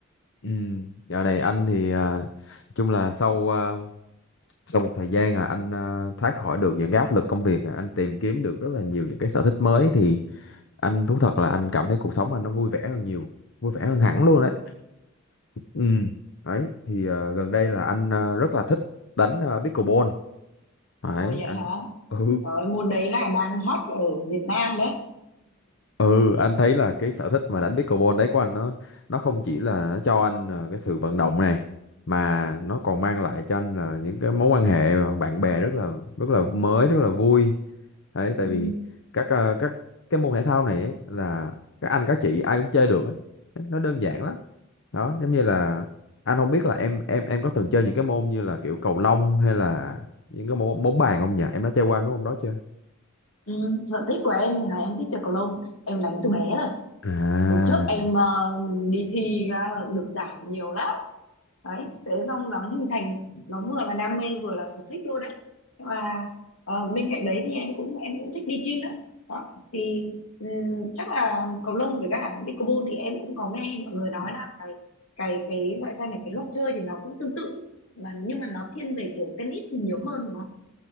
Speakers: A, on the left (about 60°); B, on the left (about 80°).
A: Ừ, dạo này anh thì ờ, chung là sau ờ, sau một thời gian à anh ờ, thoát khỏi được những cái áp lực công việc, à, anh tìm kiếm được rất là nhiều những cái sở thích mới thì anh thú thật là anh cảm thấy cuộc sống anh nó vui vẻ hơn nhiều, vui vẻ hơn hẳn luôn
B: Ừ.
A: đấy. Ừ, đấy thì ờ, gần đây là anh ờ, rất là thích đánh ờ, pickleball. Đấy,
B: Ồ vậy
A: anh
B: hả?
A: ừ,
B: Rồi môn đấy là đang hot ở Việt Nam đấy.
A: Ừ, anh thấy là cái sở thích mà đánh pickleball đấy của anh nó nó không chỉ là nó cho anh ờ, cái sự vận động này mà nó còn mang lại cho anh là những cái mối quan hệ và bạn bè rất là rất là mới rất là vui đấy tại
B: Ừ.
A: vì các ờ, các cái môn thể thao này ấy, là các anh các chị ai cũng chơi được ấy. nó đơn giản lắm đó giống như là anh không biết là em em em có từng chơi những cái môn như là kiểu cầu lông hay là những cái môn bóng bàn không nhỉ em đã chơi qua mấy môn đó chưa
B: Ừ. Sở thích của em thì là em thích chơi cầu lông em đánh từ bé rồi
A: à
B: hồi trước em ờ, đi thi ờ, được giải nhiều lắm đấy thế xong nó hình thành nó vừa là đam mê vừa là sở thích luôn đấy Nhưng mà ờ, bên cạnh đấy thì em cũng em cũng thích đi gym nữa đó thì ừm, chắc là cầu lông với cả pickleball thì em cũng có nghe mọi người nói là cái cái cái gọi ra là cái luật chơi thì nó cũng tương tự mà nhưng mà nó thiên về kiểu tennis thì nhiều hơn đúng không